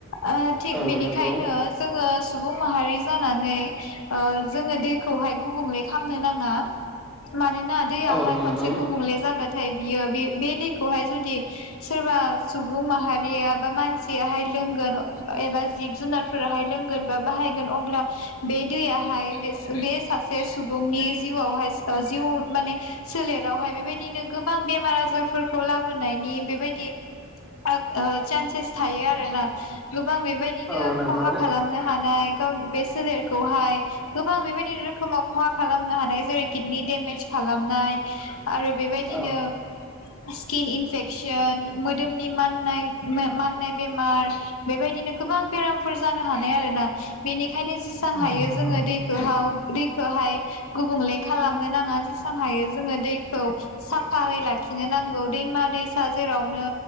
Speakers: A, on the left; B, in the centre.
A: ओ थिग
B: औ
A: बेनिखायनो
B: नंगौ
A: जोङो - सुबुं माहारि जानानै ओ जोङो दैखौहाय गुबुंले खालामनो नाङा मानोना ना दैयाहाय
B: औ नंगौ
A: खनसे गुबुंले जागोन । नाथाय बियो बे बे दैखौहाय जुदि सोरबा सुबुं माहारिया बा मानसियाहाय लोंगोन । एबा जिब जुनारफोराहाय लोंगोन बा बाहायगोन अब्ला बे दैयाहाय बे बे सासे सुबुंनि जिउआवहाय जिउ माने सोलेरावहाय बेबायदिनो गोबां बेमार आजारफोरखौ लाबोनायनि बेबायदि ओ सान्सेस थायो आरोना । गोबां बेबायदिनो
B: औ नंगौ
A: खहा खालामनो हानाय गाव बे सोलेर खौहाय गोबां बेबायदि रोखोमाव खहा खालामनो हानाय जेरै किडनि दडेमेज खालामनाय आरो बेबायदिनो
B: औ
A: स्किन इनफेकसन, मोदोमनि माननाय, माननाय बेमार बेबायदिनो गोबां बेरामफोर जानो हानाय आरोना । बेनिखायनो जेसेबां
B: औ
A: हायो
B: नंगौ
A: जोङो दैखौ हाव दैखौहाय गुबुंले खालामनो नाङा । जेसेबां हायो जोङो दैखौ साफायै लाखिनो नांगौ । दैमा दैसा जेरावनो